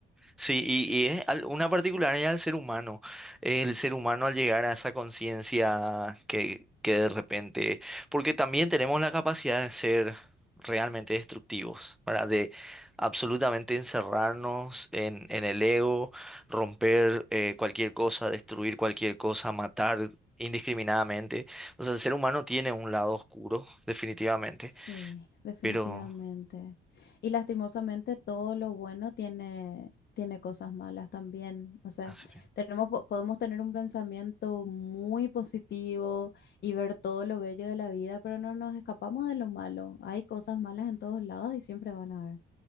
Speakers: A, in the centre; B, on the left.
A: Sí, y, y es al- una particularidad del ser humano. El ser humano al llegar a esa conciencia que, que de repente, porque también tenemos la capacidad de ser realmente destructivos, ¿verdad? De absolutamente encerrarnos en, en el ego, romper eh, cualquier cosa, destruir cualquier cosa, matar indiscriminadamente. O sea, el ser humano tiene un lado oscuro, definitivamente,
B: Sí, definitivamente.
A: pero...
B: Y lastimosamente todo lo bueno tiene, tiene cosas malas también. O sea,
A: ah, sí.
B: tenemos, po- podemos tener un pensamiento muy positivo y ver todo lo bello de la vida, pero no nos escapamos de lo malo. Hay cosas malas en todos lados y siempre van a haber.